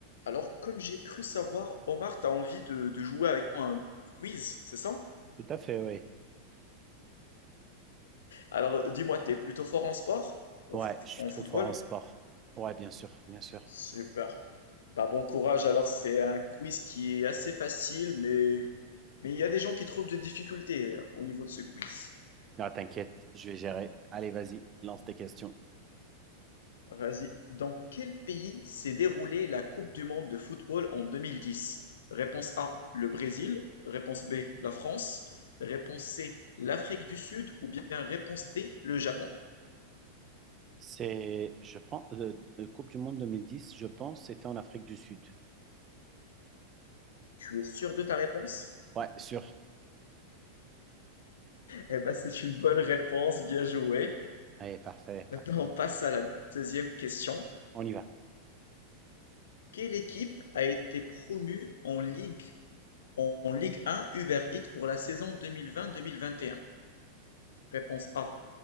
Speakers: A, on the left; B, on the right.
A: Alors, comme j'ai cru savoir, Omar, t'as envie de, de jouer avec moi à un quiz, c'est ça?
B: Tout à fait, oui.
A: Alors, dis-moi, t'es plutôt fort en sport? En,
B: Ouais,
A: f-
B: je suis
A: en
B: trop
A: football?
B: fort en sport. Ouais, bien sûr, bien sûr.
A: Super. Bah, bon courage. Alors, c'est un quiz qui est assez facile, mais mais il y a des gens qui trouvent des difficultés euh, au niveau de ce quiz.
B: Ah, t'inquiète, je vais gérer. Allez, vas-y, lance tes questions.
A: Vas-y. Dans quel pays s'est déroulée la Coupe du monde de football en 2010? Réponse A, le Brésil. Réponse B, la France. Réponse C, l'Afrique du Sud. Ou bien réponse D, le Japon.
B: C'est, je pense, le, le Coupe du Monde 2010, je pense, c'était en Afrique du Sud.
A: Tu es sûr de ta réponse?
B: Ouais, sûr.
A: Eh ben, c'est une bonne réponse, bien joué.
B: Allez, parfait, parfait.
A: Maintenant, on passe à la deuxième question.
B: On y va.
A: Quelle équipe a été promue en Ligue, en Ligue 1 Uber Eats pour la saison 2020-2021? Réponse A.